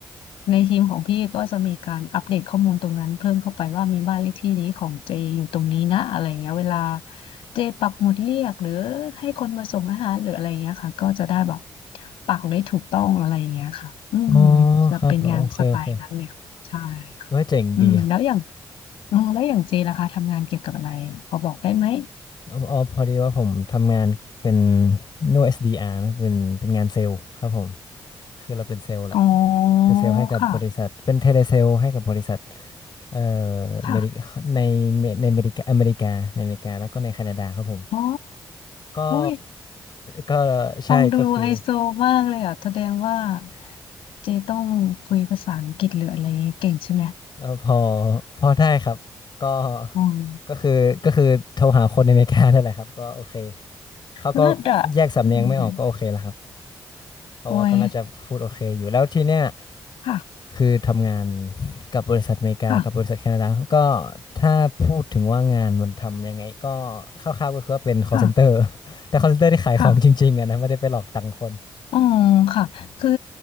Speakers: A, on the left (about 85°); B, on the left (about 55°).
A: ในทีมของพี่ก็จะมีการอัปเดตข้อมูลตรงนั้นเพิ่มเข้าไปว่ามีบ้านเลขที่นี้ของเจอยู่ตรงนี้นะอะไรอย่างเงี้ยเวลาเจปักหมุดเรียกหรือให้คนมาส่งอาหารหรืออะไรอย่างเงี้ยค่ะก็จะได้แบบปักได้ถูกต้องอะไรอย่างเงี้ยค่ะอืม
B: อ๋อ
A: จะเป็นงานสไตล์นั้นเลยค่ะใช่ค่ะอืมแล้วอย่าง
B: ครับโอเคโอเคด้วยเจ๋งดี
A: อ๋อแล้วอย่างเจล่ะคะทำงานเกี่ยวกับอะไรพอบอกได้ไหม
B: อ๋ออ๋อพอดีว่าผมทำงานเป็นเรียกว่า SDR นะเป็นเป็นงานเซลล์ครับผมคือเราเป็นเซลล์แหละ
A: อ๋อ
B: เป็นเซลล์ให้กับบริษัทเป็นเทเลเซลล์ให้กับบริษัท
A: ค่ะ
B: เอ่อเมริในเมในอเมริกาอเมริกาในอเมริกาแล้วก็ในแคนาดาครับผม
A: ค่ะอ๋อ
B: ก็
A: อุ้ย
B: ก็ใช่ก็คือ
A: ฟังดูไฮโซมากเลยอ่ะแสดงว่าเจต้องคุยภาษาอังกฤษหรืออะไรเก่งใช่ไหม
B: เอ่อพอพอได้ครับก็
A: อืม
B: ก็คือก็คือโทรหาคนในอเมริกานั่นแหละครับก็โอเคเขาก็
A: เลิศอ่ะอืม
B: แยกสำเนียงไม่ออกก็โอเคแล้วครับเพราะว่าก็น่าจะพูดโอเคอยู่แล้วทีเนี้ย
A: โอ้ยค่ะ
B: คือทำงานกับบริษัทอเมริกากับบริษัทแคนาดาก็
A: ค่ะ
B: ถ้าพูดถึงว่างานมันทำยังไงก็คร่าวๆก็คือว่าเป็น call
A: ค่ะ
B: center <laughs> แต่ call center ที่ขายของจริงๆอะนะไม่ได้ไปหลอกตังค์คน
A: ค่ะอืมค่ะคือ